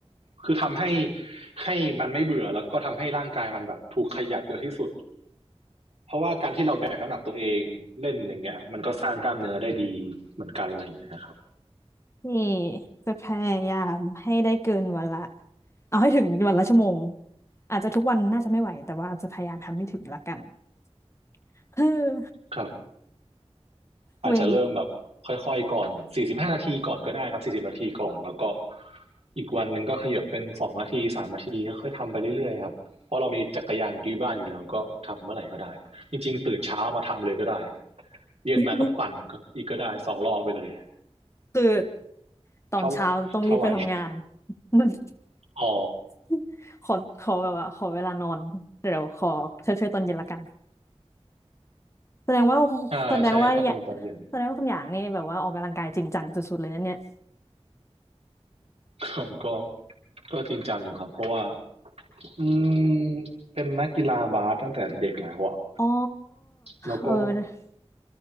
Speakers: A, on the right; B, on the left.
A: คือทำให้ให้มันไม่เบื่อแล้วก็ทำให้ร่างกายมันแบบถูกขยับเยอะที่สุดเพราะว่าการที่เราแบกน้ำหนักตัวเองเล่นอย่างเงี้ยมันก็สร้างกล้ามเนื้อได้ดีเหมือนกันอะไรอย่างเงี้ยครับ
B: นี่จะพยายามให้ได้เกินวันละเอาให้ถึงวันละชั่วโมงอาจจะทุกวันน่าจะไม่ไหวแต่ว่าจะพยายามทำให้ถึงละกัน <laughs> เออ
A: ครับ อาจจะเริ่มแบบค่อยๆก่อนสี่สิบห้านาทีก่อนก็ได้ครับสี่สิบนาทีก่อนแล้วก็
B: เว้น
A: อีกวันหนึ่งก็ขยับเป็นสองนาทีสามนาทีค่อยๆทำไปเรื่อยๆครับเพราะเรามีจักรยานอที่บ้านอยู่แล้วก็ทำเมื่อไหร่ก็ได้จริงๆตื่นเช้ามาทำเลยก็ได้เย็นมาก็ปั่นก็อีกก็ได้สองรอบไปเลย
B: <laughs> คือตอนเช้าต้องรีบไปทำงาน
A: เท่าเท่าไหว
B: <laughs> มัน
A: อ๋อ
B: <laughs> ขอขอแบบว่าขอเวลานอนเดี๋ยวขอเช่วยๆตอนเย็นละกันแสดงว่า
A: อ่าใช่ก็เป็นตอนเย็น
B: แสดงว่าอย่าแสดงว่าคุณอย่างนี่แบบว่าออกกำลังกายจริงจังสุดๆเลยนะเนี่ย
A: <laughs> ก็ก็จริงจังอยู่ครับเพราะว่าอืมเป็นนักกีฬาบาสตั้งแต่เด็กแล้วอะ
B: อ๋อ
A: แล้วก็
B: เออ